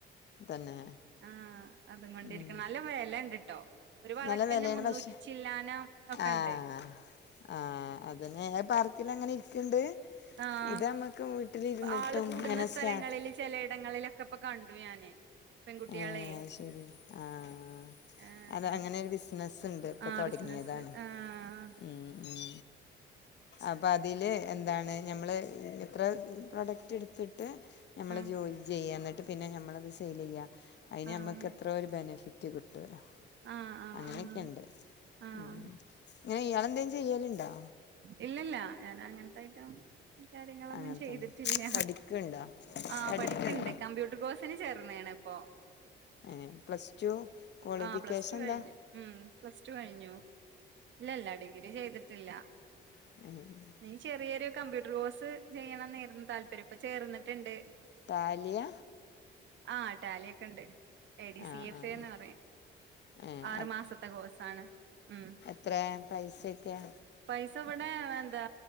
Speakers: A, on the left; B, on the right.
A: തന്നെ?
B: ആഹ് അതും കൊണ്ടിരിക്ക്ണ്ത്
A: ഉം
B: നല്ല വെല ഇണ്ട്ട്ടോ ഒരു വള വളക്കന്നെ
A: നല്ല വെലയാണ്
B: മുന്നൂറ്റി
A: പക്ഷെ
B: ചില്ലാനം ഒക്കെണ്ട്
A: ആഹ് ആഹ് അതന്നെ ആ പാർക്കിലങ്ങനെ ഇരിക്ക്ണ്ട്?
B: ആഹ്
A: ഇത് നമ്മക്ക് വീട്ടിലിരുന്നിട്ടും
B: ആള് കൂടുന്ന
A: ഇങ്ങനെ
B: സ്ഥലങ്ങളില്
A: സ്റ്റാറ്റസ്
B: ചെലയിടങ്ങളിലൊക്കെ ഇപ്പൊ കണ്ടു ഞാന് പെൺകുട്ടികളെ
A: ഏഹേ അഹ്ശരി ആഹ്
B: ഏഹ്
A: അത
B: ഒരു
A: അങ്ങനൊരു ബിസിനസ്സ്ണ്ട് ഇപ്പൊ
B: ആഹ്
A: തൊടങ്ങിയതാണ്
B: ബിസിനസ് ആഹ്
A: ഉം ഉം അപ്പൊ അതില് എന്താണ് ഞമ്മള് എത്ര പ്രൊഡക്റ്റ് എടുത്തി ട്ട് നമ്മള്
B: ആഹ്
A: ജോലി ചെയ്യ എന്നിട്ട് പിന്നെ നമ്മളത് സെയിലെയ്യാ അയിന്
B: ആഹ്
A: നമ്മക്ക് എത്രോ ഒരു ബെനഫിറ്റ് കിട്ടുവോലോ
B: ആഹ് ആഹ്
A: അങ്ങനെക്കെയിണ്ട്
B: ആഹ് ആഹ്
A: ഉം ഇങ്ങനെ ഇയാളെന്തേം ചെയ്യല്ണ്ടോ?
B: ഇല്ലല്ല ഞാന് അങ്ങനത്തെ ഐറ്റം കാര്യങ്ങളൊന്നും
A: അങ്ങനത്തൊന്നും
B: ചെയ്തിട്ടില്ല
A: പഠിക്കുണ്ടോ
B: ആഹ്
A: പഠിക്കുണ്ടോ
B: പഠിക്ക്ണ്ട് കംമ്പ്യൂട്ടർ കോഴ്സിന് ചേർന്ന്ണ് ഇപ്പൊ
A: ഏഹ് പ്ലസ് ടു ക്വാളിഫിക്കേഷെന്താ?
B: ആഹ് പ്ലസ് ടു കഴിഞ്ഞു ഉം പ്ലസ് റ്റു കഴിഞ്ഞു ഇല്ലല്ല ഡിഗ്രി ചെയ്തിട്ടില്ല
A: ആഹ്
B: എനി ചെറിയൊരു കമ്പ്യൂട്ടർ കോഴ്സ് ചെയ്യണംന്നേരുന്ന താല്പര്യം ഇപ്പം ചേർന്നിട്ട്ണ്ട്
A: റ്റാലിയ?
B: ആഹ് റ്റാലിയക്കെ ഇണ്ട് എ. ഡി.
A: ആഹ്
B: സി. എഫ്
A: ആഹ്
B: എ. എന്ന് പറയും
A: ഏഹ്
B: ആറു മാസത്തെ കോഴ്സാണ് ഉം
A: എത്രെയ പൈസക്കെ?
B: പൈസ ഇവടെ എന്താ